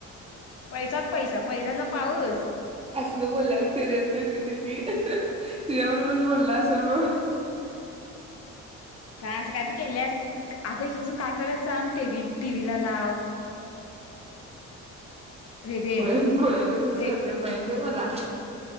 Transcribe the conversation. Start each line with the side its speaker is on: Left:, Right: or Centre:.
Left: पैसाच पैसा पैशांचा पाऊस
Right: असल बोलावर तेरीेतलं ग तेी तूझ्यावरबरच बोललास च
Left: काय असं काय तू केलेस अगो एक एकजून काय करायला सांग टबल टी व ला लाव वेदे
Right: खुळ्या खुल्यागत कस
Left: ते
Right: करत्यात माहितेया मला